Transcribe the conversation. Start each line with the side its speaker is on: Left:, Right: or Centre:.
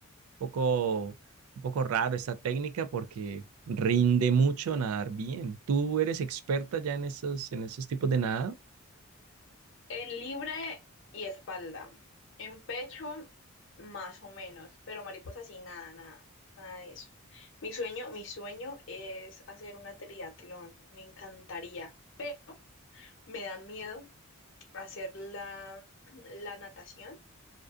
Right: poco, un poco raro esta técnica porque rinde mucho nadar bien. Tú eres experta ya en estos, en estos tipos de nada,
Left: En libre y espalda. En pecho, más o menos, pero mariposa sí, nada, nada, nada de eso. Mi sueño, mi sueño es hacer una triatlón, me encantaría, pero me da miedo hacer la, la natación